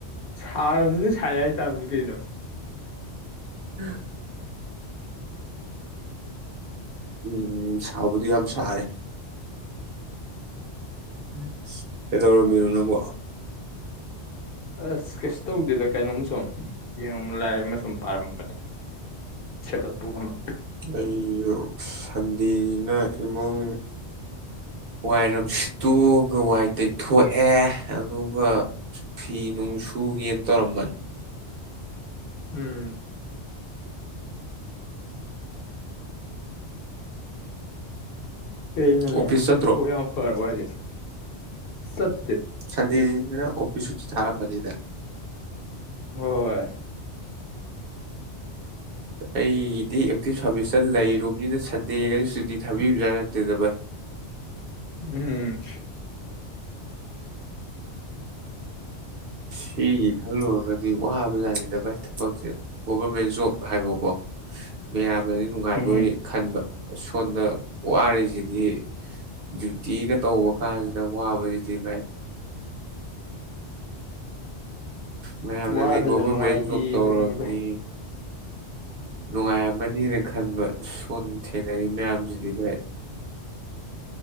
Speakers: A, on the left; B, on the right.
A: ꯁꯥꯔꯕꯅꯤꯅ ꯁꯥꯏ ꯍꯥꯏꯇꯕꯅꯤ ꯀꯩꯅꯣ
B: <inaudible> ꯎꯝ ꯎꯝ ꯁꯥꯕꯨꯗꯤ ꯌꯥꯝꯁ ꯁꯥꯔꯦ ꯎꯝ ꯀꯩꯗꯧꯔꯃꯤꯅꯣ ꯅꯪꯕꯨ
A: ꯑꯁ ꯀꯩꯁꯨ ꯇꯧꯗꯦꯗ ꯀꯩꯅꯣꯝ ꯁꯨꯝ ꯌꯦꯡꯉ ꯂꯥꯏꯔꯤꯛ ꯑꯃ ꯁꯨꯝ ꯄꯥꯔꯝꯕꯅꯦ ꯁꯦꯜꯐ ꯍꯦꯜ ꯕꯨꯛ ꯑꯃ
B: ꯑꯩꯁꯨ ꯁꯟꯗꯦꯅꯤꯅ ꯏꯃꯨꯡ ꯋꯥꯏꯔꯝ ꯁꯤꯠꯇꯣꯛꯑꯒ ꯋꯥꯏ ꯇꯩꯊꯣꯛꯑꯦ ꯑꯗꯨꯒ ꯐꯤ ꯅꯨꯡ ꯁꯨꯒꯦꯅ ꯇꯧꯔꯝꯕꯅꯤ
A: ꯎꯝ ꯀꯩꯅꯣꯅꯦ
B: ꯑꯣꯐꯤꯁ ꯆꯠꯇ꯭ꯔꯣ
A: ꯊꯕꯛ ꯌꯥꯝ ꯐꯔꯕꯣ ꯍꯥꯏꯁꯦ ꯆꯠ
B: ꯁꯟꯗꯦꯅꯤꯅ ꯑꯣꯐꯤꯁ ꯊꯔꯥꯝꯃꯅꯤꯗ
A: ꯍꫭ ꯍꯣꯏ
B: ꯑꯩꯒꯤꯗꯤ ꯑꯦꯛꯇꯤꯚ ꯁꯥꯔꯚꯤꯁꯇ ꯂꯩꯔꯨꯕꯅꯤꯅ ꯁꯟꯗꯦꯒꯗꯤ ꯁꯨꯇꯤ ꯊꯥꯕꯤꯕꯖꯥꯠ ꯅꯠꯇꯦꯗ ꯚꯥꯏ
A: ꯎꯝ
B: ꯁꯤꯒꯤ ꯈꯜꯂꯨꯔꯒꯗꯤ ꯋꯥꯕꯖꯥꯠꯅꯤꯗ ꯚꯥꯏ ꯊꯕꯛꯁꯦ ꯒꯣꯚꯔꯃꯦꯟ ꯖꯣꯕ ꯍꯥꯏꯕꯀꯣ ꯃꯌꯥꯝꯅꯗꯤ ꯅꯨꯡꯉꯥꯏꯕꫭꯏ
A: ꯎꯝ
B: ꯈꯟꯕ ꯁꯣꯝꯗ ꯋꯥꯔꯤꯁꯤꯗꯤ ꯗꯤꯎꯇꯤꯒ ꯇꯧꯕ ꯀꯥꯟꯖꯤꯗ ꯋꯥꯕꯖꯤꯗꯤ ꯚꯥꯏ ꯃꯥꯌꯝꯅꯗꯤ
A: ꯋꯥꯗꯅ
B: ꯒꫭꯕ꯭ꯔꯃꯦꯟ
A: ꯅꯨꯡꯉꯥꯏꯗꯦꯗꯨꯅꯤ
B: ꯖꫭꯞ ꯇꯧꯔꯝꯅꯤ
A: ꯚꯥꯏ
B: ꯅꯨꯡꯉꯥꯏ ꯔꯝꯃꯥꯅꯤ ꯅꯪ ꯈꯟꯕ ꯁꯣꯟ ꯊꯦꯡꯅꯔꯤ ꯃꯌꯥꯝꯖꯤꯗꯤ ꯚꯥꯏ